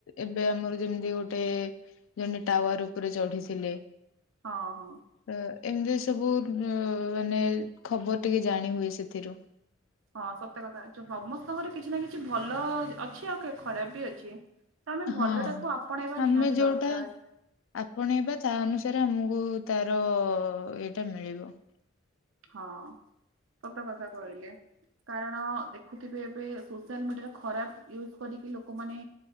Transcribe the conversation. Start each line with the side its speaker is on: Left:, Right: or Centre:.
Left: ଏବେ ଆମର ଯେମିତି ଗୋଟେ ଜଣେ ଟାୱାର ଉପରେ ଚଢିଥିଲେ।
Right: ହଁ ହଁ।
Left: ଅ ଏମିତି ସବୁ ମାନେ ଖବର ଟିକେ ଜାଣି ହୁଏ ସେଥିରୁ।
Right: ହଁ ସତ କଥା ସମସ୍ତଙ୍କର କିଛି ନା କିଛି ଭଲ ଅଛି ଆଉ କେବେ। ଖରାପ ବି ଅଛି ତ ଆମେ ଭଲ
Left: ହଁ
Right: ଟାକୁ ଆପଣେଇବା
Left: ଆମେ
Right: ନିହାତି
Left: ଯୋଉଟା
Right: ଦରକାର।
Left: ଆପଣେଇବା ତା ଅନୁସାରେ ଆମକୁ ତାର ଇଏଟା ମିଳିବ।
Right: ହଁ ସତ କଥା କହିଲେ। କାରଣ ଦେଖୁଥିବେ ଏବେ ସୋସିଆଲ ମିଡିଆର ଖରାପ ୟଜ କରିକି ଲୋକମାନେ